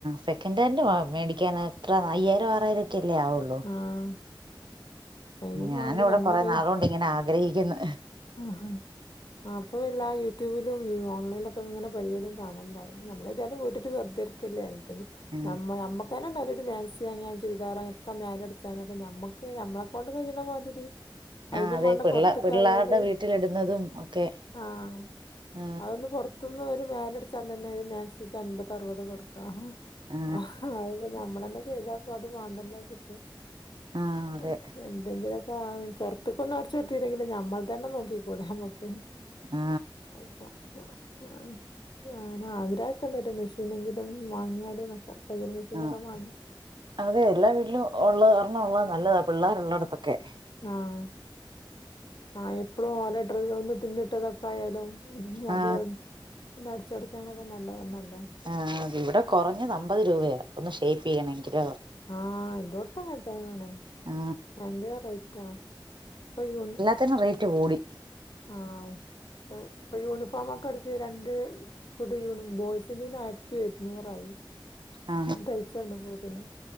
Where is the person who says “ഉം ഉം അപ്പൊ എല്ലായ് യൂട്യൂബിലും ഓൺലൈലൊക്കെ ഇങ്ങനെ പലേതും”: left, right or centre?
Left